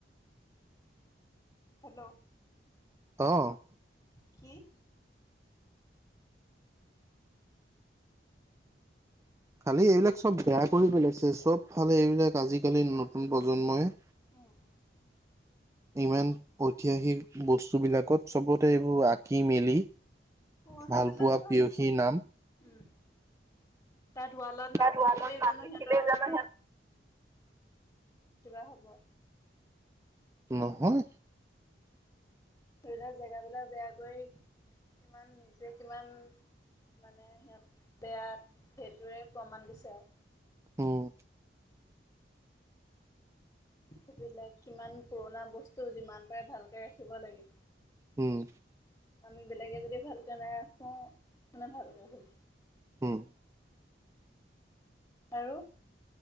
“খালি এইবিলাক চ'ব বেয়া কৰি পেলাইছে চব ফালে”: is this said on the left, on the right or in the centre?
Right